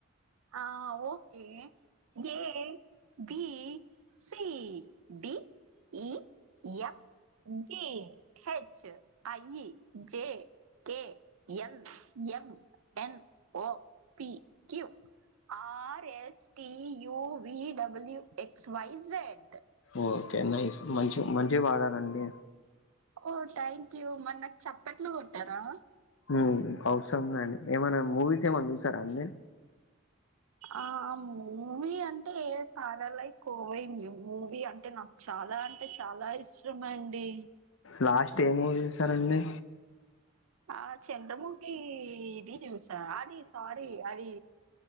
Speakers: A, on the right; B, on the left.
A: ఆ okay J B C D E F G H I J K L M N O P Q R S T U V W X Y Z
B: okay nice మంచి మంచిగా పాడారండి
A: ఓ థ్యాంక్ యూ మన్నకి చప్పట్లు కొట్టరా
B: హమ్ అవసరం లెండి ఏమన్నా మూవీస్ ఏమన్నా చూసారా అండి
A: ఆ మూవీ అంటే సారా లై కోవయింది మూవీ అంటే నచ్చ చాలా అంటే చాలా ఇష్టమ అండి
B: లాస్ట్ ఏ మూవీ చూసారండి
A: ఆ చంద్రముఖి ఇది చూసా అది సారీ అది